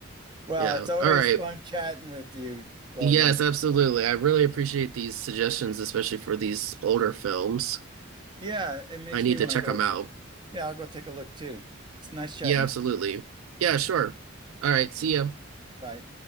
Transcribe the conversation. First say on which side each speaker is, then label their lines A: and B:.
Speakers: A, on the right; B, on the right.
A: well
B: Yeah.
A: it's always
B: All right.
A: fun chatting with you Logan
B: Yes, absolutely. I really appreciate these suggestions, especially for these older films.
A: yeah it makes
B: I need
A: me want
B: to check
A: to go
B: them out.
A: yeah I'll go take a look too it's nice chatting
B: Yeah, absolutely. Yeah, sure. All right. See ya.
A: Bye.